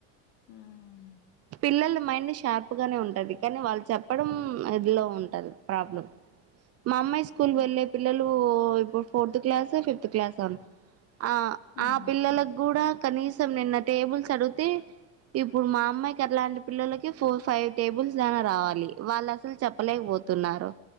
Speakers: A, on the left; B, on the right.
A: హ్మ్.
B: పిల్లల మైండ్ షార్ప్. నే ఉంటది కానీ వాళ్ళు చెప్పడం అదిలో ఉంటది ప్రాబ్లం మా అమ్మాయి స్. స్కూల్కి
A: హ్మ్.
B: వెళ్లే పిల్లలు ఇప్పుడు ఫోర్త్ క్లాసో ఫిఫ్త్ క్లాసో. ఆ
A: హ్మ్.
B: ఆ పిల్లలకు కూడా కనీసం నిన్న టేబుల్స్ అడిగితే. ఇప్పుడు మా అమ్మాయికి అట్లాంటి పిల్లలకి ఫోర్ ఫైవ్ టేబుల్స్ దాకా రావాలి వాళ్ళు అసలు చెప్పలేకపోతు. తున్నారు.